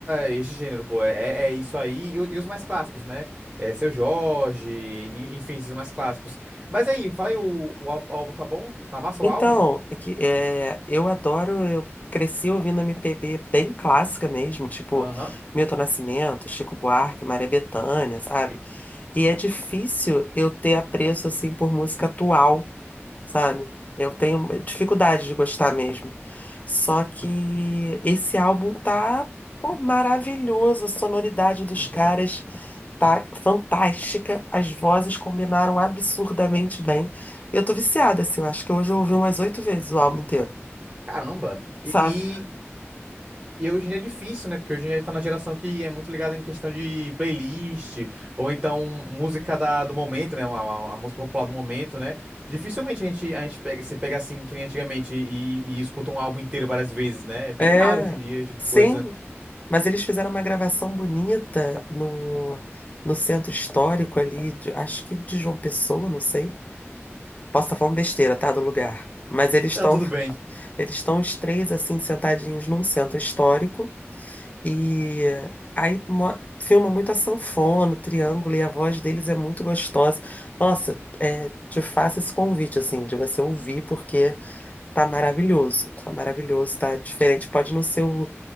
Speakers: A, on the right (about 25°); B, on the left (about 35°).
A: esse gênero, pô. É, é é isso aí. E, o- e os mais clássicos, né? É, Seu Jorge, en- enfim, esses mais clássicos. Mas aí, fala aí, o, o ál- álbum tá bom? Tá massa
B: Então,
A: o álbum?
B: é que, é, eu adoro, eu cresci ouvindo MPB bem clássica mesmo, tipo
A: Aham.
B: Milton Nascimento, Chico Buarque, Maria Bethânia, sabe?
A: E-
B: E é difícil eu ter apreço assim por música atual, sabe? Eu tenho dificuldade de gostar mesmo. Só que esse álbum tá, pô, maravilhoso, a sonoridade dos
A: <laughs>
B: caras tá fantástica, as vozes combinaram absurdamente bem. Eu tô viciada assim, eu acho que hoje eu ouvi umas oito vezes o álbum inteiro,
A: Caramba. E,
B: sabe?
A: E hoje em dia é difícil, né? Porque hoje em dia a gente tá na geração que é muito ligada em questão de playlist, ou então música da, do momento, né? A, a- a música popular do momento, né? Dificilmente a gente, a gente pega, se pega assim, que nem antigamente, e, e escuta um álbum inteiro várias vezes, né? É bem
B: É,
A: raro hoje em dia esse tipo
B: sim,
A: de coisa.
B: Mas eles fizeram uma gravação bonita no, no centro histórico ali, de- acho que de João Pessoa, não sei. Posso estar falando besteira, tá? Do lugar. Mas eles estão
A: Não, tudo bem.
B: eles estão os três assim sentadinhos num centro histórico e aí mo- filma muito a sanfona, o triângulo e a voz deles é muito gostosa. Nossa, é, te faço esse convite assim de você ouvir porque tá maravilhoso, tá maravilhoso, tá diferente. Pode não ser o